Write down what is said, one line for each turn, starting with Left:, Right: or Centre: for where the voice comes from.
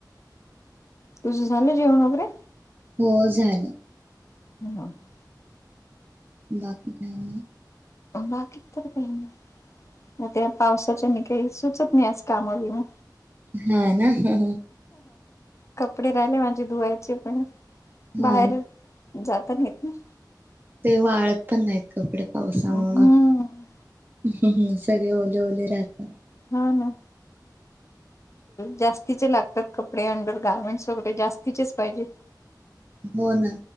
Left: तुझं झालं जेवण वगैरे?
Right: हो झालं.
Left: <inaudible>
Right: बाकी काय मग?
Left: बाकी तर काही नाही. त्या पावसाच्यान काही सुचत नाही आज काम बीम.
Right: हा ना
Left: कपडे राहिले माझे धुवायचे पण.
Right: हा
Left: बाहेर जात नाहीत ना?
Right: ते वाळत पण नाहीत कपडे पावसामुळं
Left: हम्म
Right: हम् हम, सगळे ओले ओले राहतात.
Left: हा ना, जास्तीचे लागतात. कपडे, अंडर गार्मेंट्स वगैरे जास्तीचेच पाहिजे.
Right: हो ना.